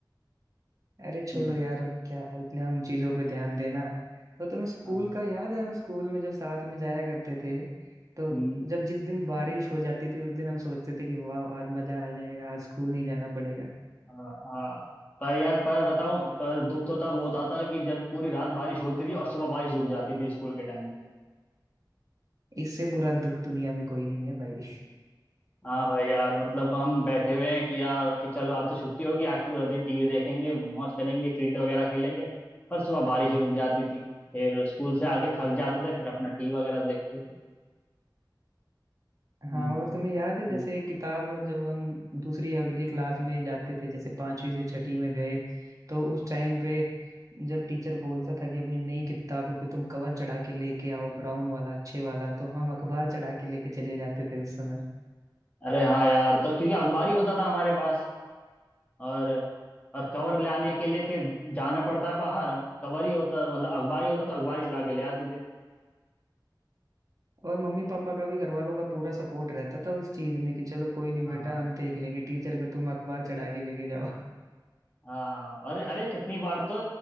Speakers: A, on the right; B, on the left.
A: अरे छोड़ो
B: हम्म
A: यार अब क्या इतना उन चीजों पे ध्यान देना तो तुम्हें स्कूल
B: हाँ
A: का याद है हम स्कूल में जब साथ में जाया करते थे तो
B: हम्म
A: जब जिस दिन बारिश हो जाती थी उस दिन हम सोचते थे कि वाह आज मजा आ जाएगा आज स्कूल नहीं जाना पड़ेगा
B: हाँ हाँ। पर यार पर बताऊं पर दुख तो तब होता था कि जब पूरी रात बारिश होती थी और सुबह बारिश रुक जाती थी स्कूल के टाइम पे
A: इससे बुरा दुख दुनिया में कोई नहीं है भाई
B: हाँ भाई यार मतलब हम बैठे हुए हैं कि यार कि चलो आज तो छुट्टी होगी आज पूरा दिन टीवी देखेंगे मौज करेंगे क्रिकेट वगैरह खेलेंगे पर सुबह बारिश ही रुक जाती थी फिर स्कूल से आके थक जाते थे फिर अपना टीवी वगैरह देखते थे
A: हाँ
B: हम्म,
A: और तुम्हें याद है जैसे
B: हाँ।
A: किताब जब हम दूसरी अगली क्लास में जाते थे जैसे पांचवी से छठी में गए तो उस टाइम पे जब टीचर बोलता था कि अपनी नई किताबों पे तुम कवर चढ़ा के लेके आओ ब्राउन वाला अच्छे वाला तो हम अखबार चढ़ा के लेके चले जाते थे उस समय
B: अरे हाँ यार तो क्योंकि अखबार ही होता था हमारे पास और और कवर लाने के लिए फिर जाना पड़ता है बाहर कवर ही होता मतलब अखबार ही होता तो अखबार ही चला के ले आते थे
A: और मम्मी पापा का भी घर वालों का पूरा सपोर्ट रहता था उस चीज में कि चलो कोई नहीं
B: हाँ
A: बेटा हम देख लेंगे टीचर को तुम अखबार चढ़ा के लेके जाओ
B: हाँ और अरे कितनी बार तो